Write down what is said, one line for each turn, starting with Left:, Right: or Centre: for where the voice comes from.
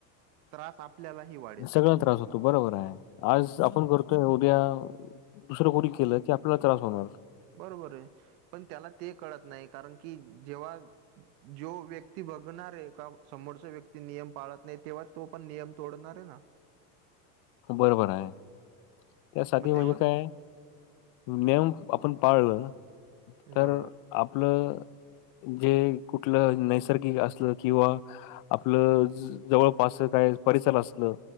Right: त्रास आप आपल्यालाही वा
Left: सगळ्याला त्रास होतो. बरोबर आहे, आज आपण करतोय उद्या दुसरं कोणी केलं की आपल्याला त्रास होणार.
Right: बरोबर आहे पण त्याला ते कळत नाही, कारण की जेव्हा. जो व्यक्ती बघणार आहे, का समोरचा व्यक्ती नियम पाळत नाही तेव्हा तो पण नियम तोडणार आहे ना.
Left: बरोबर हाय त्यासाठी
Right: मग
Left: म्हणजे
Right: तेव्हा
Left: काय. नियम आपण पाळलं, तर
Right: बरोबर.
Left: आपलं. जे कुठलं नैसर्गिक असलं किंवा आपलं जवळपास काय परिसर असलं.